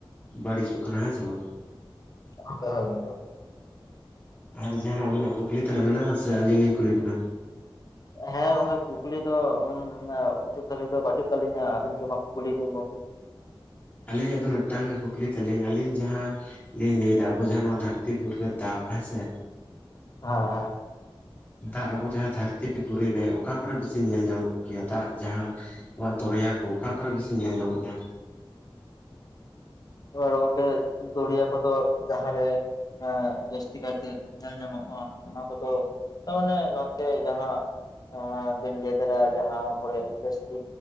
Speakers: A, on the left; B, on the left.
A: ᱵᱟᱹᱲᱤᱡᱚᱜ ᱠᱟᱱᱟ ᱦᱮᱸ ᱥᱮ ᱵᱟᱝ?
B: <unintelligible>
A: ᱟᱨ ᱡᱟᱦᱟᱸᱱᱟᱜ ᱟᱹᱵᱤᱱᱟᱜ ᱠᱩᱠᱞᱤ ᱛᱮᱱᱟᱜ ᱢᱮᱱᱟᱜ-ᱟ ᱥᱮ ᱟᱹᱞᱤᱧ ᱞᱤᱧ ᱠᱩᱞᱤ ᱵᱤᱱᱟ?
B: ᱦᱮᱸ ᱜᱚᱝᱠᱮ ᱠᱩᱠᱞᱤ ᱫᱚ <unintelligible> ᱫᱷᱟᱹᱵᱤᱡ ᱫᱚ ᱵᱟᱹᱪᱩᱜ ᱛᱟᱹᱞᱤᱧᱟ ᱟᱹᱵᱤᱱ ᱜᱮ ᱢᱟ ᱠᱩᱠᱞᱤ ᱵᱤᱱ ᱜᱚᱝᱠᱮ᱾
A: ᱟᱹᱞᱤᱧᱟᱜ ᱫᱚ ᱢᱤᱫᱴᱟᱝ ᱠᱩᱠᱞᱤ ᱛᱟᱹᱞᱤᱧ ᱟᱹᱞᱤᱧ ᱡᱟᱦᱟᱸ ᱞᱤᱧ ᱞᱟᱹᱭ ᱫᱟ ᱟᱵᱚ ᱡᱟᱦᱟᱸ ᱱᱚᱣᱟ ᱫᱷᱟᱹᱨᱛᱤ ᱯᱩᱨᱤ ᱨᱮ ᱫᱟᱜ ᱦᱮᱸᱥᱮ
B: ᱦᱮᱸ ᱦᱮᱸ
A: ᱫᱟᱜ ᱟᱵᱚ ᱡᱟᱦᱟᱸ ᱫᱷᱟᱹᱨᱛᱤ ᱯᱩᱨᱤ ᱨᱮ ᱚᱠᱟ ᱠᱚᱨᱮ ᱵᱤᱥᱤ ᱧᱮᱞ ᱧᱟᱢᱚᱜ ᱜᱮᱭᱟ ᱫᱟᱜ ᱡᱟᱦᱟᱸ <unintelligible> ᱫᱚᱨᱭᱟ ᱠᱚ ᱚᱠᱟ ᱠᱚᱨᱮ ᱵᱤᱥᱤ ᱧᱮᱞ ᱧᱟᱢᱚᱜ ᱜᱮᱭᱟ?
B: ᱮᱵᱟᱨ ᱜᱚᱝᱠᱮ ᱫᱚᱨᱭᱟ ᱠᱚᱫᱚ ᱡᱟᱦᱟᱸ ᱨᱮ ᱡᱟᱹᱥᱛᱤ ᱠᱟᱭᱛᱮ ᱧᱮᱞ ᱧᱟᱢᱚᱜ-ᱟ ᱚᱱᱟ ᱠᱚᱫᱚ ᱛᱟᱢᱟᱱᱮ ᱱᱚᱱᱛᱮ ᱡᱟᱦᱟᱸ ᱮᱸ ᱵᱤᱱ ᱞᱟᱹᱭ ᱫᱟᱲᱮᱜ-ᱟ ᱡᱟᱦᱟᱸ ᱠᱚᱨᱮ ᱡᱟᱹᱥᱛᱤ